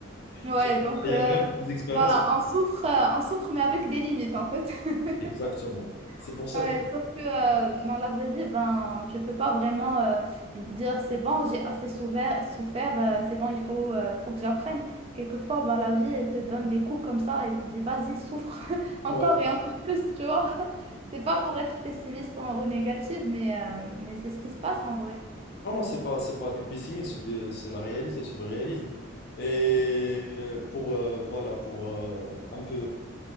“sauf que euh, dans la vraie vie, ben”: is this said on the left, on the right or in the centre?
Right